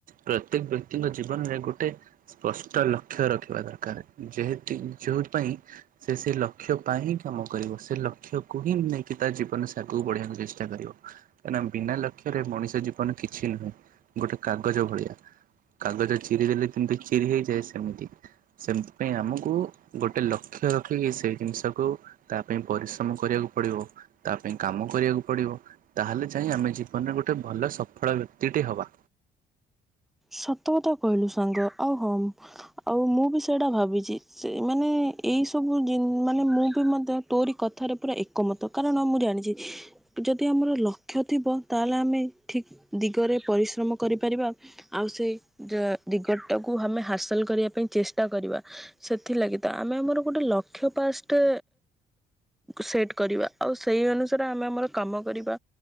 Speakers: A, on the right; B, in the centre.
A: ପ୍ରତ୍ୟେକ ବ୍ୟକ୍ତିଙ୍କ ଜୀବନରେ ଗୋଟେ ସ୍ପଷ୍ଟ ଲକ୍ଷ୍ୟ ରଖିବା ଦରକାର। ଜ <inaudible> ଯୋଉ ପାଇଁ ସେ ସେ ଲକ୍ଷ ପାଇଁ ହିଁ କାମ କରିବ ସେ ଲକ୍ଷ୍ୟକୁ ହିଁ ନେଇକି ତା ଜୀବନରେ ସେ ଆଗକୁ ବଢିବାକୁ ଚେଷ୍ଟା କରିବ କାହିଁକି ବିନା ଲକ୍ଷ୍ୟରେ ମଣିଷ ଜୀବନ କିଛି ନୁହେଁ। ଗୋଟେ କାଗଜ ଭଳିଆ। କାଗଜ ଚିରି ଦେଲେ ଯେମତି ଚିରି ହେଇଯାଏ। ସେମିତି ସେମତି ପାଇଁ ଆମକୁ ଗୋଟେ ଲକ୍ଷ ଲକ୍ଷ୍ୟ ରଖିକି ସେଇ ଜିନିଷକୁ ତା ପାଇଁ ପରିଶ୍ରମ କରିବାକୁ ପଡ଼ିବ। ତା ପାଇଁ କାମ କରିବାକୁ ପଡ଼ିବ। ତାହେଲେ ଯାଇଁ ଆମେ ଜୀବନରେ ଗୋଟେ ଭଲ ସଫଳ ବ୍ୟକ୍ତିଟି ହବା।
B: ସତ କଥା କହିଲୁ ସାଙ୍ଗ ଆଉ ହଁ ଆଉ ମୁଁ ବି ସେଇଟା ଭାବିଛି। ସେ ମାନେ ଏଇ ସବୁ ଜିନ ମାନେ ମୁଁ ବି ମଧ୍ୟ ତୋରି କଥାରେ ପୁରା ଏକମତ। କାରଣ ମୁଁ ଜାଣିଚି। ଯଦି ଆମର ଲକ୍ଷ୍ୟ ଥିବ ତାହେଲେ ଆମେ ଠିକ ଦିଗରେ ପରିଶ୍ରମ କରିପାରିବା। ଆଉ ସେଇ ଦିଗଟଟାକୁ ଆମେ ହାସଲ କରିବା ପାଇଁ ଚେଷ୍ଟା କରିବା। ସେଥିଲାଗି ତ ଆମେ ଇଁ ମୋର ଗୋଟେ ଲକ୍ଷ ପାଷ୍ଟେ ସେଟ କରିବା ଆଉ ସେଇ ଅନୁସାରେ ଆମେ ଆମର କାମ କରିବା